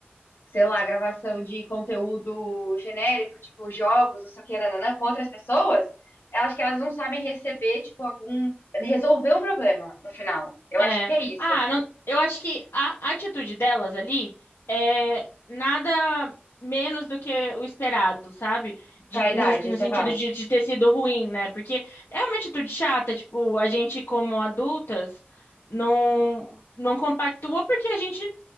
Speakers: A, on the left; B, on the left.
A: sei lá, gravação de conteúdo genérico, tipo jogos, não sei o que, nananã, com outras pessoas, eu acho que elas não sabem receber, tipo, algum. resolver um problema no final. Eu acho
B: É.
A: que é isso.
B: Ah, não- eu acho que a a atitude delas ali é nada menos do que o esperado, sabe? De-
A: Pra
B: no,
A: idade,
B: no
A: você
B: sentido
A: fala.
B: de, de ter sido ruim, né? Porque é uma atitude chata, tipo, a gente como adultas não, não compactua porque a gente